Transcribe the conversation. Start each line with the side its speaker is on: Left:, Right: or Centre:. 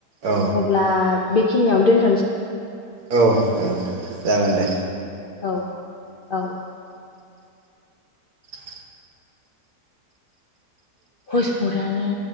Right: औ
Left: अब्ला बेखिनियावनो दोन
Right: औ जागोन जागोन दे।
Left: औ औ
Right: <inaudible>
Left: हुसपट आनो